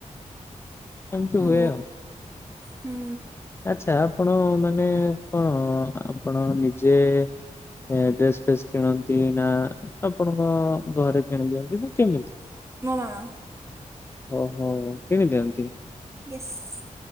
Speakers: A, on the left (about 20°); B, on the right (about 20°).
A: ଏମିତି
B: ଓ
A: ହୁଏ ଆଉ।
B: ହୁଁ
A: ଆଚ୍ଛା ଆପଣ ମାନେ କଣ ଆପଣ ନିଜେ ଏ ଡ୍ରେସ୍ ଫ୍ରେସ୍ କିଣନ୍ତି ନା ଆପଣଙ୍କ ଘରେ କିଣିଦିଅନ୍ତି ନା କେମିତି?
B: ମୋ ମା।
A: ଓହୋ କିଣି ଦିଅନ୍ତି?
B: ଏସ୍।